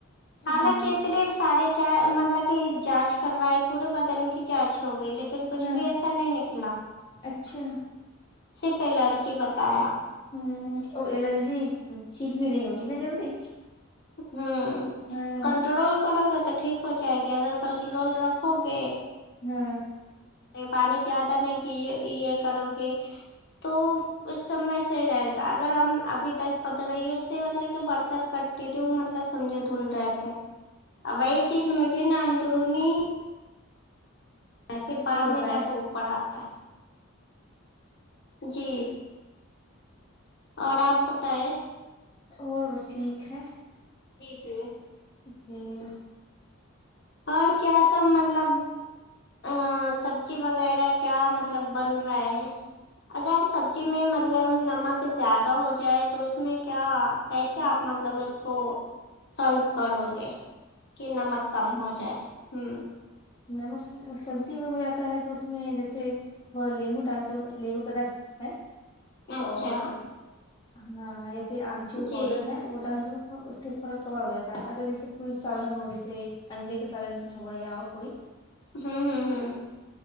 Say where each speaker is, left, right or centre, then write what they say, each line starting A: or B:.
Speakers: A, on the left (about 20°); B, on the left (about 50°).
A: ہاں
B: حالانکہ اتنے سارے جا مطلب کہ جانچ کروائی پورے بدن کی جانچ ہو گئی لیک لیکن کچھ
A: ہاں
B: بھی ایسا نہیں نکلا
A: اچھا
B: صرف الرجی بتایا
A: ہوں اور الرجی ٹھیک بھی نہیں ہوتی نا جلدی
B: ہم
A: ہاں
B: کنٹرول کرو گے تو ٹھیک ہو جائے گی اگر کنٹرول رکھو گے
A: ہوں
B: یہ پانی زیادہ نہیں گی یہ کرو گے تو اس سب میں صحیح رہے گا اگر ہم ابھی دس پندریوں سے مطلب کہ برتر کٹ دوں مطلب سمجھو دھل رہا تھا وہی چیز مجھے نا اندرونی پھر بعد
A: اور
B: میں
A: بتائیں
B: جا کے اوپر آتا ہے جی اور آپ بتاۓ
A: اور بس ٹھیک ہے
B: جی جی
A: جی
B: اور کیا سب مطلب آں سبزی وغیرہ کیا مطلب بن را ہے اگر سب جی میں مطلب نمک زیادہ ہو جائے تو اس میں کیا کیسے آپ مطلب اس کو سالو کرو گے کی نمک کم ہو جائے ہوں
A: نمک سبزی میں ہو جاتا ہے تو اس میں جیسے تھوڑا لیمبو ڈال دو لیمبو کا رس ہے
B: اچھا
A: اور ہاں یا پھر آمچور پاؤڈر
B: جی
A: ہے وہ ڈال دو اس سے تھوڑا کور ہو جاتا ہے اگر جیسے کوئی سالن ہو جیسے انڈے کا سالن ہوگا یا اور کوئی
B: ہوں ہوں ہوں
A: تو